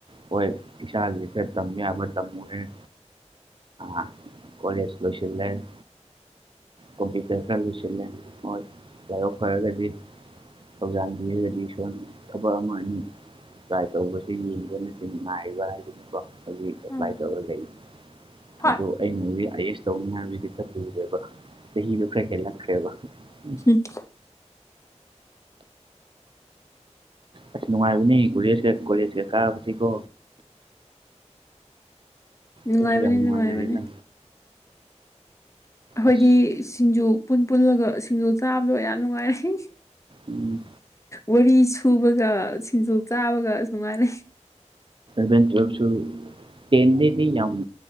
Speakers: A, on the right; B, on the left.
A: ꯍꯣꯏ ꯏꯁꯥꯁꯤꯗꯦ ꯇꯝ ꯌꯥꯕ ꯇꯝꯃꯦ ꯑ ꯀꯅꯦꯁ ꯂꯣꯁꯤ ꯂꯩꯦ ꯀꯝꯄꯨꯇꯔ ꯆꯨ ꯍꯣꯏ ꯌꯥꯑꯣ ꯈꯔꯒꯗꯤ ꯊꯧꯖꯥꯟꯕꯤꯔꯒꯗꯤ ꯁꯣꯅ ꯊꯕꯛ ꯑꯃ ꯑꯅꯤ ꯇ꯭ꯔꯥꯏ ꯇꯧꯕꯁꯦ ꯌꯦꯡꯕꯅꯆꯤꯡ ꯅꯥꯏꯕ ꯍꯥꯏꯗꯨꯅꯤꯀꯣ ꯑꯩꯣꯏꯒꯤ ꯑꯦꯄ꯭ꯂꯥꯏ
B: ꯎꯝ
A: ꯇꯧꯔꯒ ꯂꯩ
B: ꯍꯣꯏ
A: ꯑꯗꯣ ꯑꯩꯅ ꯍꯧꯖꯤꯛ ꯑꯥꯏ ꯑꯦꯁ ꯇꯧ ꯃꯌꯥꯝꯁꯤꯗꯤ ꯆꯠꯂꯨꯔꯦꯕ ꯆꯍꯤꯗꯣ ꯈꯔ ꯍꯦꯜꯂꯛꯈ꯭ꯔꯦꯕ ꯎ
B: ꯎꯝ
A: ꯑꯁ ꯅꯨꯡꯉꯥꯏꯕꯅꯤ ꯀꯣꯂꯦꯖꯀ ꯀꯣꯂꯦꯖ ꯀ ꯀꯥꯕꯁꯤꯀꯣ
B: ꯅꯨꯡꯉꯥꯏꯕꯅꯦ
A: ꯑꯩꯈꯣꯏꯁꯨ ꯌꯥꯝ ꯅꯨꯡꯉꯥꯏ
B: ꯅꯨꯡꯉꯥꯏꯕꯅꯦ
A: ꯂꯩꯔꯤꯗ
B: ꯑꯩꯈꯣꯏꯗꯤ
A: ꯑꯁ
B: ꯁꯤꯡꯖꯨ ꯄꯨꯟ ꯄꯨꯜꯂꯒ ꯁꯤꯡꯖꯨ ꯆꯥꯕꯗꯣ ꯌꯥꯝ ꯅꯨꯡꯉꯥꯏꯔꯦ
A: ꯎꯝ
B: ꯋꯥꯔꯤ ꯁꯨꯕꯒ ꯁꯤꯡꯖꯨ ꯆꯥꯕꯒ ꯁꯨꯃꯥꯏꯅ
A: ꯕꯦꯟ ꯆꯁꯨ ꯇꯦꯟꯗꯗꯤ ꯌꯥ